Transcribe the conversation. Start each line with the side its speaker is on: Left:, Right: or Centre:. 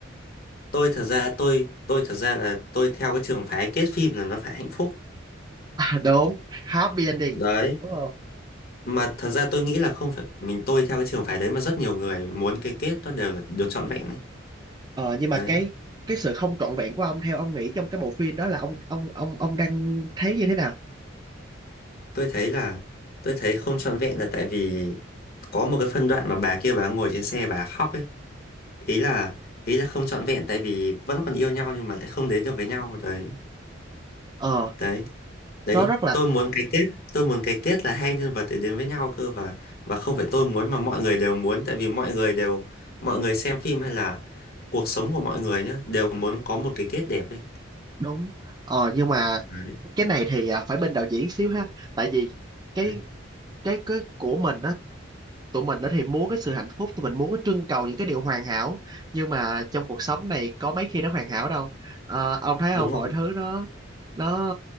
Left: Tôi thật ra tôi tôi thật ra là tôi theo cái trường phái kết phim là nó phải hạnh phúc.
Right: à đúng happy ending
Left: Đấy,
Right: đúng không
Left: mà thật ra tôi nghĩ là không phải mình tôi theo cái trường phái đấy mà rất nhiều người muốn cái kết nó đều là được trọn vẹn ấy.
Right: ờ nhưng
Left: Đấy.
Right: mà cái cái sự không trọn vẹn của ông theo ông nghĩ trong cái bộ phim đó là ông ông ông ông đang thấy như thế nào
Left: tôi thấy là tôi thấy không trọn vẹn là tại vì có một cái phân đoạn mà bà kia bà ngồi trên xe bà khóc ấy ý là ý là không trọn vẹn tại vì vẫn còn yêu nhau nhưng mà lại không đến được với nhau đấy
Right: ờ
Left: đấy đấy
Right: nó rất là
Left: tôi muốn cái kết tôi muốn cái kết là hai nhân vật để đến với nhau cơ và và không phải tôi muốn mà mọi người đều muốn tại vì mọi người đều mọi người xem phim hay là cuộc sống của mọi người nhá đều muốn có một cái kết đẹp ấy
Right: đúng ờ nhưng mà
Left: đấy,
Right: cái này thì à, phải bên đạo diễn xíu ha tại vì cái
Left: đấy.
Right: cái cái của mình á tụi mình đó thì muốn cái sự hạnh phúc tụi mình muốn cái trưng cầu những cái điều hoàn hảo nhưng mà trong cuộc sống này có mấy khi nó hoàn hảo đâu Ờ, ông thấy
Left: đúng
Right: không
Left: rồi
Right: mọi thứ nó nó